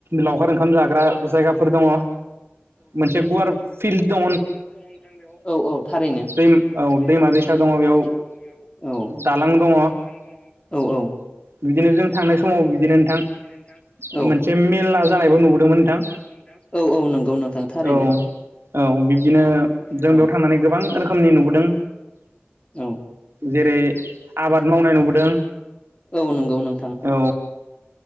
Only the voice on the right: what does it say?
लावखार ओंखाम जाग्रा जायगाफोर दङ' मोनसे गुवार फिल्ड दं
दै औ
दैमा दैसा
दङ
बेयाव
दालां दङ
बिदिनो जों थांनाय
समाव
नोंथां
मोनसे मेला
जानायबो
नुबोदोंमोन
नोंथां
औ औ बिब्दिनो
जों
बेयाव थांनानै गोबां रोखोमनि नुबोदों
जेरै आबाद मावनाय नुबोदों
औ